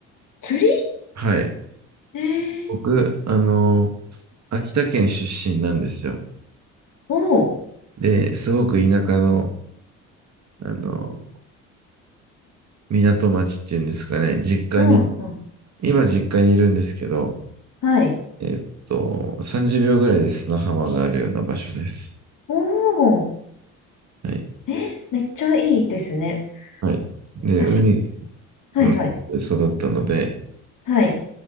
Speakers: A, on the left; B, on the right.
A: 釣り
B: はい。
A: ええ
B: 僕、あの、秋田県出身なんですよ。
A: おー。
B: で、すごく田舎の、あの、港町っていうんですかね、実家に、
A: うんうん。
B: 今実家にいるんですけど、
A: はい。
B: えっと、30秒ぐらいで砂浜があるような場所です。
A: おー。
B: はい。
A: え、めっちゃいいですね。
B: はい。で、
A: 私、
B: 海
A: はいはい。
B: の近くで育ったので、
A: はい。